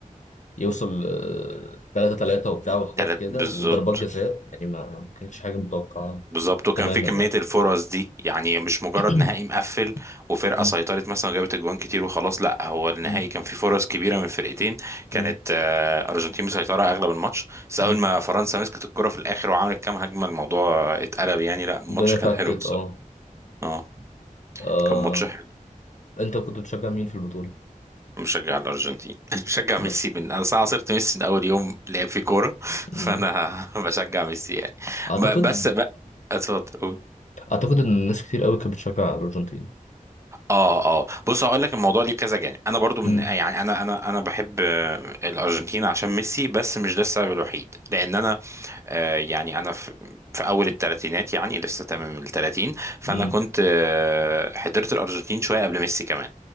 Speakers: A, on the left; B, on the right.
A: يوصل آه، تلاتة تلاتة وبتاع وحاجات
B: تلات
A: كده
B: بالظبط
A: وضربات جزاء يعني ما كانتش حاجة متوقعة
B: بالظبط وكان
A: تماما
B: في كمية
A: يعني
B: الفرص دي يعني مش مجرد
A: <clears throat>
B: نهائي مقفل وفرقة
A: أمم،
B: سيطرت مثلا وجابت اجوان كتير وخلاص لا هو النهائي
A: أمم،
B: كان فيه فرص كبيرة من فرقتين كانت
A: أمم،
B: آه، أرجنتين مسيطرة أغلب الماتش بس أول
A: أمم.
B: ما فرنسا مسكت الكرة في الآخر وعملت كام هجمة الموضوع اتقلب يعني لا الماتش
A: الدنيا فكت
B: كان حلو الصراحة
A: أه
B: اه
A: آه،
B: كان ماتش حلو
A: أنت كنت بتشجع مين في البطولة؟
B: مشجع الأرجنتين <laughs> مشجع
A: لا.
B: ميسي من أنا صراحة صرت ميسي من أول يوم لعب في كورة فأنا
A: أمم،
B: <laughs> بشجع ميسي يعني
A: أعتقد
B: ب- بس بقى اتفضل قول
A: اعتقد ان الناس كتير قوي كانت بتشجع الارجنتين
B: اه اه بص هقول لك الموضوع ليه كذا جانب انا برضو من
A: امم
B: يعني انا انا انا بحب آه، الارجنتين عشان ميسي بس مش ده السبب الوحيد لان انا آه، يعني انا في في اول الثلاثينات يعني لسه تمام ال 30 فانا
A: امم
B: كنت آه، حضرت الارجنتين شويه قبل ميسي كمان